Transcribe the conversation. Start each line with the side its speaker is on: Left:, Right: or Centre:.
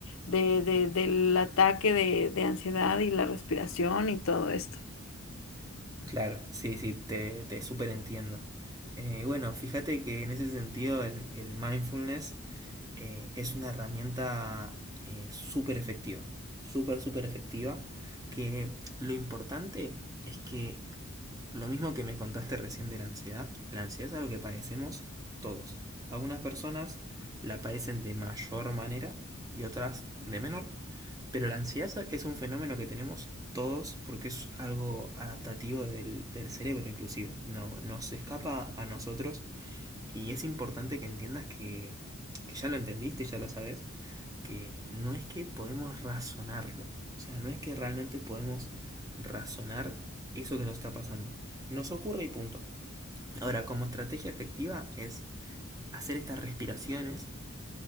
Left: de, de, del ataque de, de ansiedad y la respiración y todo esto.
Right: Claro, sí, sí, te, te súper entiendo. bueno, fíjate que en ese sentido el, el mindfulness eh, es una herramienta eh, súper efectiva, súper, súper efectiva, que lo importante es que lo mismo que me contaste recién de la ansiedad, la ansiedad es algo que padecemos todos. Algunas personas la padecen de mayor manera y otras de menor, pero la ansiedad es un fenómeno que tenemos todos porque es algo adaptativo del, del cerebro inclusive. No, nos escapa a nosotros y es importante que entiendas que, que ya lo entendiste, ya lo sabes, que no es que podemos razonarlo. O sea, no es que realmente podemos razonar eso que nos está pasando. Nos ocurre y punto. Ahora, como estrategia efectiva es hacer estas respiraciones